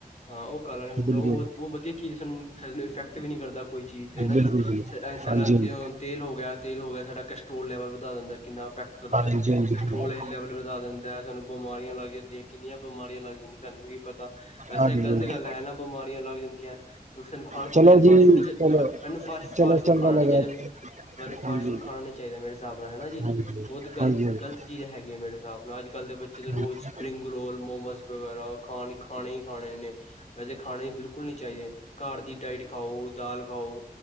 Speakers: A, on the left; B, on the right.
A: ਹਾਂ। ਉਹ ਕਾਲਾ ਨੀ ਹੁੰਦਾ
B: ਬਿਲਕੁਲ
A: ਉਹ ਵਧੀਆ ਚੀਜ਼ ਸਾਨੂੰ ਸਾਡ ਇਫੈਕਟ ਵੀ ਨੀ ਕਰਦਾ। ਕੋਈ ਚੀਜ਼ ਤੇ ਹਨਾ
B: ਬਿਲਕੁਲ
A: ਜੀ
B: ਬਿਲਕੁਲ
A: ਸਾਡਾ
B: ਹਾਂਜੀ ਹਾਂਜੀ
A: ਜੇ ਤੇਲ ਹੋ ਗਿਆ, ਤੇਲ ਹੋ ਗਿਆ। ਕੈਸਟਰੋਲ ਲੈਬਲ ਵਧਾ ਦਿੰਦਾ, ਕਿੰਨਾ ਇਫੈਕਟ ਕਰਦਾ
B: ਹਾਂਜੀ ਹਾਂਜੀ
A: ਕੈਸਟਰੋਲ
B: ਬਿਲਕੁਲ।
A: ਲੈਬਲ ਵਧਾ ਦਿੰਦਾ। ਸਾਨੂੰ ਬਿਮਾਰੀਆਂ ਲੱਗ ਜਾਂਦੀਆ ਕਿੰਨੀਆਂ ਬਿਮਾਰੀਆਂ ਲੱਗ ਜਾਂਦੀਆਂ ਸਾਨੂੰ ਕੀ ਪਤਾ, ਵੈਸੇ
B: ਹਾਂਜੀ
A: ਗ਼ਲਤ
B: ਹਾਂਜੀ।
A: ਗੱਲ ਹੈ ਨਾ ਬਿਮਾਰੀਆਂ ਲੱਗ ਜਾਂਦੀਆਂ- ਸਾਨੂੰ ਖਾਣਾ
B: ਚਲੋ
A: ਵੈਸੇ
B: ਜੀ
A: ਫਾਸਟ ਫੂਡ
B: ਚਲੋ
A: ਮੈਨੂੰ ਫਾਸਟ
B: ਚਲੋ
A: ਫਾਸਟ ਫੂਡ
B: ਚੰਗਾ
A: ਖਾਣਾ ਨੀ
B: ਲੱਗਾ
A: ਚਾਹੀਦਾ ।ਮੈਨੂੰ ਫਾਟ
B: ਹਾਂਜੀ
A: ਫੂਡ ਖਾਣਾ ਨ ਨਹੀਂ ਚਾਹੀਦਾ। ਮੇਰੇ ਹਿਸਾਬ ਨਾਲ ਹਨ ਹੈਾ ਜੀ,
B: ਹਾਂਜੀ,
A: ਬਹੁਤ ਗ਼ਲਤ
B: ਹਾਂਜੀ, ਹਾਂਜੀ,
A: -ਗਲਤ ਚੀਜ਼ ਹੈਗੀ ਹੈ। ਮੇਰੇ ਹਿਸਾਬ ਨਾਲ ਅੱਜ ਕੱਲ੍ਹ ਦੇ ਬੱਚੇ ਦੇ ਰੋਜ਼
B: ਹਾਂਜੀ,
A: ਸਪਰਿੰਗ ਮੋਮਸ ਵਗੈਰਾ ਖਾ ਖਾਣੇ ਹੀ ਖਾਣੇ ਵੈਸੇ ਖਾਣੇ ਹੀ ਬਿਲਕੁਲ ਨਹੀਂ ਚਾਹੀਏ। ਘਰ ਡਾਈਟ ਖਾਓ, ਦਾਲ ਖਾਓ,